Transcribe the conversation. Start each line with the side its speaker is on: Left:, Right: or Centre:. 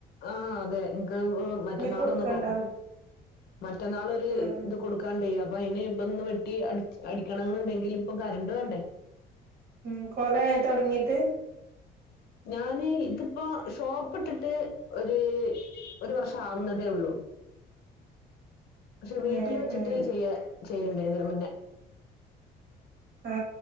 Left: ആഹ് അതെ <unintelligible> മറ്റന്നാളൊന്ന്
Right: കൊടുക്കണ്ടാവും
Left: കൊ മറ്റന്നാളൊരു
Right: ആഹ്
Left: ഇത് കൊടുക്കാണ്ടേയ് അപ് വയിന് ഇപ്പൊന്ന് വെട്ടി അട്ച് അടിക്കണംന്ന്ണ്ടെങ്കിൽ ഇപ്പൊ കറണ്ട് വേണ്ടേ.
Right: ഉം കൊലേയൊ തൊടങ്ങീട്ട്?
Left: ഞാന് ഇതിപ്പോ ഷോപ് ഇട്ടിട്ട് ഒരു ഒരു വർഷം ആവുന്നതേ ഉള്ളു. പക്ഷെ വീട്ടിൽ
Right: ഏഹ്
Left: വെച്ചിട്ട്
Right: ഏഹ്
Left: ചെയ്യ ചെയ്യല്ണ്ടേന്നു മുന്നേ.
Right: ആ